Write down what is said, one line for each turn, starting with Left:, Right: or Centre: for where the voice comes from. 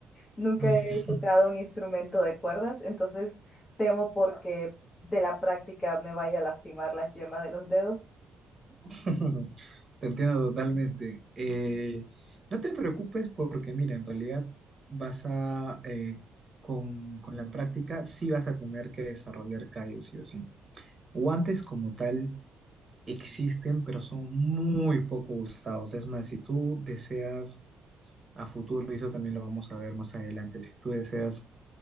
Left: Nunca
Right: Mm.
Left: he tocado un instrumento de cuerdas, entonces temo porque de la práctica me vaya a lastimar las yemas de los dedos.
Right: <laughs> Te entiendo totalmente. Eh, no te preocupes porque, mira, en realidad vas a, eh, con, con la práctica, sí vas a tener que desarrollar callos, sí o sí. Guantes como tal existen, pero son muy poco usados. Es más, si tú deseas a futuro, y eso también lo vamos a ver más adelante. Si tú deseas,